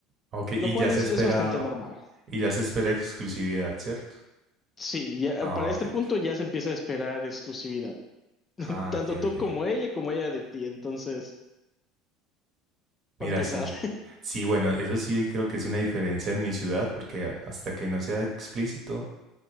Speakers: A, on the right; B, on the left.
A: Ok, y
B: lo cual
A: ya se
B: es,
A: espera,
B: es bastante normal.
A: y ya se espera exclusividad, ¿cierto?
B: Sí, ya,
A: Ah,
B: para
A: ok,
B: este
A: ok.
B: punto ya se empieza a esperar exclusividad, <laughs>
A: Ah,
B: tanto
A: ok,
B: tú
A: ok.
B: como ella, como ella de ti, entonces, para
A: Mira,
B: empezar.
A: sí. Sí, bueno, eso sí creo que es una diferencia en mi ciudad, porque a- hasta que no sea explícito,